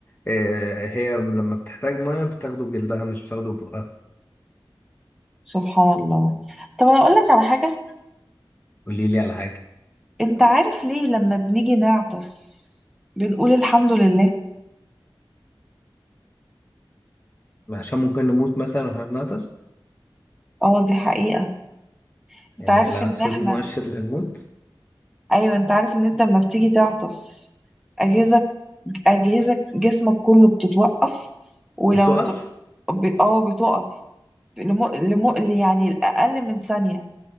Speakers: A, on the left; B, in the centre.
A: آه، هي لما بتحتاج ميه بتاخده بجلدها مش بتاخده بقها
B: سبحان الله طب انا اقول لك على حاجة
A: قولي لي على حاجه
B: انت عارف ليه لما بنيجي نعطس بنقول الحمد لله
A: عشان ممكن نموت مثلا واحنا بنغطس
B: اه دي حقيقة انت
A: يعني
B: عارف
A: العطسه
B: ان احنا
A: دي مؤشر للموت
B: ايوه انت عارف ان انت لما بتيجي تعطس اجهزك اجهزك جسمك كله بتتوقف ولو
A: بتقف
B: ت... ب- اه بتقف لم... لم... يعني الاقل من ثانية